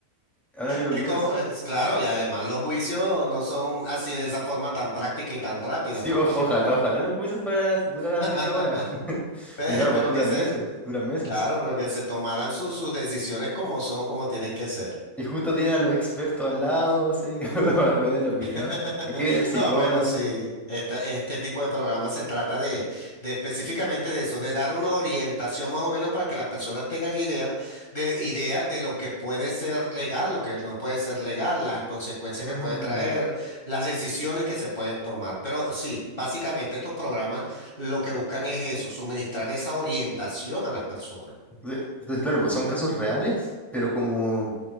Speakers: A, in the centre; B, on the left.
A: ahora que lo
B: Es
A: pienso,
B: co- es claro, y además los juicios no son así de esa forma tan práctica y tan rápida,
A: sí,
B: pues.
A: o- ojalá,
B: No,
A: ojalá los juicios fueran a durar
B: <laughs>
A: media hora. <laughs>
B: pe-
A: Porque claro,
B: Pero
A: pues duran
B: que se,
A: meses, duran meses.
B: claro, pero que se tomaran sus, sus decisiones como son, como tienen que ser.
A: Y justo tienen a los expertos al lado, así, <laughs> para que den la opinión.
B: <laughs>
A: Aquí viene el psicólogo.
B: No, bueno, sí, esta- este tipo de programas se trata de, de específicamente de eso, de dar una orientación más o menos para que las personas tengan idea de, idea de lo que puede ser legal, lo que no puede ser legal, las consecuencias
A: Ah.
B: que puede traer, las decisiones que se pueden tomar. Pero sí, básicamente estos programas lo que buscan es eso, suministrar esa orientación a las personas.
A: Entonces, entonces, claro, pues son casos reales, pero como,